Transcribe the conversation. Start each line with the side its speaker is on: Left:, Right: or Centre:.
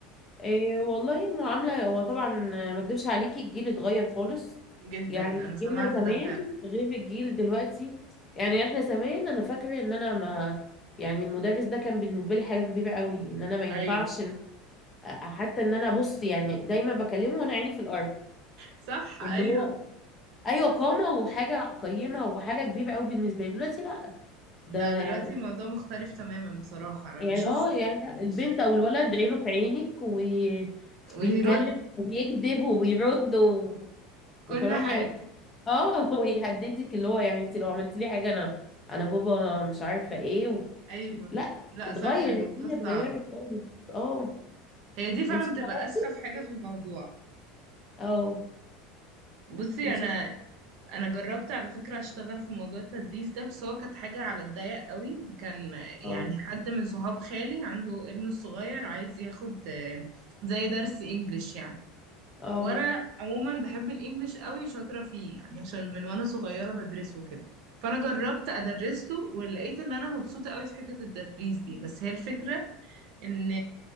Left: إيه والله معاملة هو طبعا آه، ما اكدبش عليكي الجيل اتغير خالص
Right: جدا
Left: يعني
Right: انا سمعت
Left: جيلنا زمان
Right: ده فعلا
Left: غير الجيل دلوقتي يعني احنا زمان انا فاكرة ان انا ما يعني المدرس ده كان بالنسبة لي حاجة كبيرة قوي ان انا ما ينفعش
Right: ايوه
Left: إن- آه، حتى ان انا بص يعني دايما بكلمه وانا عيني في الارض
Right: صح ايوه
Left: ان هو ايوه قامه وحاجه قيمه وحاجه كبيره قوي بالنسبه لي دلوقتي لا ده
Right: لا دلوقتي
Left: يعني
Right: الموضوع مختلف تماما بصراحة انا
Left: يعني
Right: بشوف
Left: اه يعني لا، البنت او الولد عينه في عينك وبيتكلم
Right: ويرد
Left: وبيكذب وبيرد و... وكمان
Right: كل حاجة
Left: يعني اه <laughs> ويهددك اللي هو يعني انت لو عملت لي حاجه انا انا بابا مش عارفه ايه و...
Right: ايوه
Left: لا
Right: لا
Left: اتغير
Right: صح الموضوع
Left: الدنيا
Right: صعب
Left: اتغيرت خالص اه
Right: هي دي فعلا
Left: انت اشتغلتي
Right: بتبقى اسخف حاجة في الموضوع
Left: اه
Right: بصي
Left: انت
Right: انا انا جربت على فكرة اشتغل في موضوع التدريس ده بس هو كانت حاجة على الضيق قوي كان يعني
Left: اه
Right: حد من صحاب خالي عنده ابنه الصغير عايز ياخد آه، زي درس انجليش يعني
Left: اه
Right: وانا عموما بحب الانجليش قوي شاطره فيه يعني عشان من وانا صغيره بدرسه كده فانا جربت ادرس له ولقيت ان انا مبسوطه قوي في حته التدريس دي بس هي الفكره ان